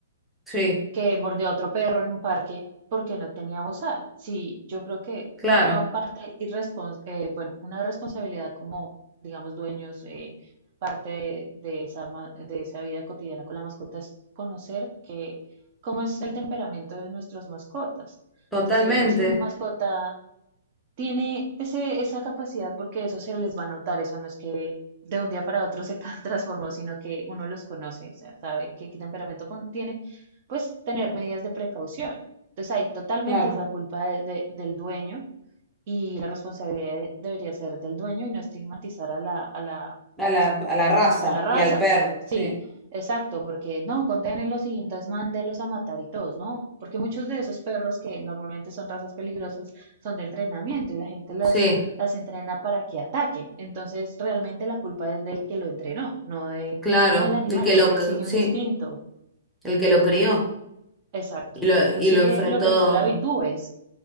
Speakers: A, in the centre; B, on the right.
A: sí,
B: que mordió a otro perro en un parque porque no tenía bozal. Sí, yo creo que
A: claro,
B: una parte irrespons eh, bueno, una responsabilidad como, digamos, dueños, eh, parte de, de esa, ma- de esa vida cotidiana con la mascota es conocer que, cómo es el temperamento de nuestras mascotas.
A: totalmente,
B: Entonces yo digo, si mi Ujú. mascota tiene ese, esa capacidad porque eso se les va a notar, eso no es que de un día para otro se ca- <laughs> transformó, sino que uno los conoce, o sea, sabe qué, qué temperamento con- tiene, pues tener medidas de precaución. Entonces ahí totalmente
A: claro,
B: es la culpa de- de- del dueño y la responsabilidad de- debería ser del dueño y no estigmatizar a la, a la
A: a la, a la raza
B: digamos que a la raza.
A: y al perro,
B: Sí,
A: sí.
B: exacto, porque no, condenenlos y entonces mándenlos a matar y todos, ¿no? Porque muchos de esos perros que normalmente son razas peligrosas son de entrenamiento y la gente las,
A: Sí,
B: las entrena para que ataquen. Entonces, realmente la culpa es del que lo entrenó, no de,
A: claro,
B: no del animal,
A: el que
B: porque
A: lo,
B: él
A: c-
B: sigue
A: sí,
B: un instinto.
A: el que lo crió.
B: Exacto.
A: Y lo,
B: Él
A: y
B: sigue
A: lo enfrentó,
B: lo que tú le habitúes.